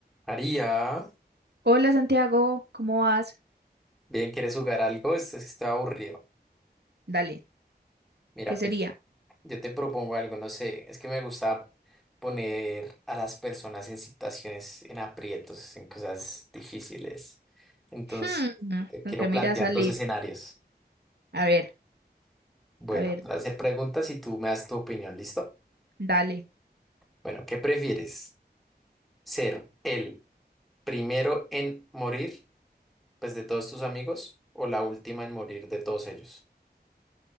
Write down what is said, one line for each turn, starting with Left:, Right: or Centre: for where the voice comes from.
Centre: María,
Right: Hola Santiago, ¿cómo vas?
Centre: bien, ¿quieres jugar algo? Esto es que está aburrido.
Right: Dale,
Centre: Mira,
Right: ¿qué sería?
Centre: pues yo te propongo algo, no sé, es que me gusta poner a las personas en situaciones, en aprietos, en cosas difíciles. Entonces,
Right: Hmm,
Centre: te
Right: ¿con
Centre: quiero
Right: qué mira
Centre: plantear
Right: salir?
Centre: dos escenarios.
Right: A ver,
Centre: Bueno,
Right: a ver,
Centre: te voy a hacer preguntas y tú me das tu opinión, ¿listo?
Right: dale.
Centre: Bueno, ¿qué prefieres? ¿Ser el primero en morir, pues de todos tus amigos, o la última en morir de todos ellos?